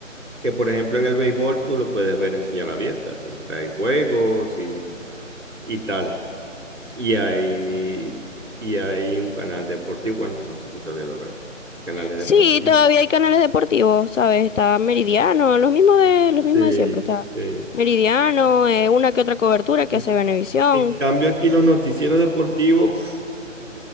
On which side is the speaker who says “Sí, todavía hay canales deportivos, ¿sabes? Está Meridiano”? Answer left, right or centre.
Left